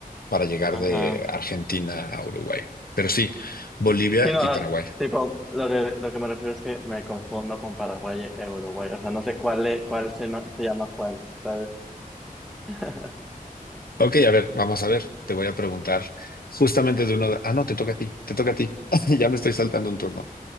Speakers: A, on the left; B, in the centre.
A: para llegar
B: ajá.
A: de Argentina a Uruguay. Pero sí, Bolivia
B: Sí, no,
A: y
B: o sea,
A: Paraguay.
B: tipo, lo que, lo que me refiero es que me confundo con Paraguay e Uruguay. O sea, no sé cuál, es- cuál se, no- se llama cuál, ¿sabes? <laughs>
A: Ok, a ver, vamos a ver. Te voy a preguntar justamente de uno de... Ah, no, te toca a ti, te toca a ti. <laughs> Ya me estoy saltando un turno.